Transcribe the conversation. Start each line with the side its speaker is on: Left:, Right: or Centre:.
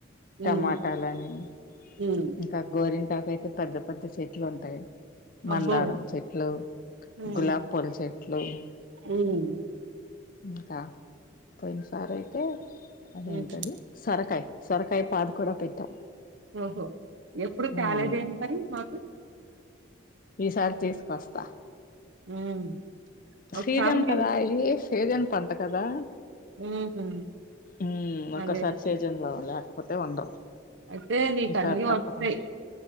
Left: టమాటాలని
Right: ఉమ్ ఉమ్.
Left: ఇంకా గోరింటాకు అయితే పెద్ద పెద్ద చెట్లు ఉంటయి
Right: అబ్బో
Left: మందారం చెట్లు
Right: ఉమ్
Left: గులాబ్ పూల చెట్లు అట్లు
Right: ఉమ్
Left: ఇకా పొయిన సార్ అయితే అదేంటది
Right: ఉమ్.
Left: సొరకాయ సొరకాయ పాత్ర కూడా పెట్టాం
Right: ఓహో ఎప్పుడు
Left: ఉమ్
Right: తాలేదేంటి మరి మాకు
Left: ఈసారి తీసుకొస్తా
Right: ఉమ్ ఒకసారి
Left: ఛీజన్
Right: మీరు
Left: కదా ఇది సీజన్ పంట కదా
Right: ఊహు
Left: ఉమ్ ఒకసారి
Right: అదే అదే
Left: సీజన్ లో లేకపోతే ఉండవు
Right: అయితే నీకన్నీ
Left: ఈసారి తప్పకుండా
Right: వస్తాయి